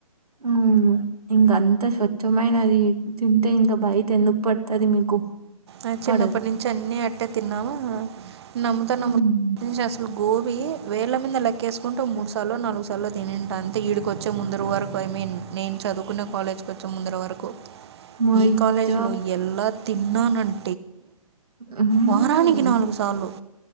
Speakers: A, on the right; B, on the right.
A: ఊమ్ ఇంక అంత స్వచ్ఛమైనది తింటే ఇంకా బైట ఎందుక్ పడ్తది మీకు
B: ఆ చిన్నప్పటి
A: పడదు.
B: నుంచి అన్ని అట్టే తిన్నాము నమ్ముతా
A: హ్మ్.
B: నమ్ము అస్లు వేళ్ల మీద లెక్కేసుకుంటు మూడ్ సార్లో నాల్గు సార్లో తిన్నడి అంతే ఇడిక్ వచ్చే ముందరు వరకు ఐ మీన్ నేన్ చ చదుకున్న కాలేజ్కి ఓచ్చే ముందర వరకు
A: మయిచ్చ
B: ఈ కాలేజ్ లో ఎలా తిన్నానంటే
A: అన్ని
B: వారానికి
A: యలే
B: నాలుగు సార్లు